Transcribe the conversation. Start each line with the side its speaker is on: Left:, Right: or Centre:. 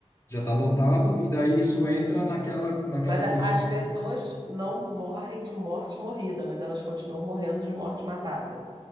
Left: já tá lotado, e daí isso entra naquela, naquela
Right: Mas a-
Left: questão
Right: as pessoas não morrem de morte morrida, mas elas continuam morrendo de morte matada.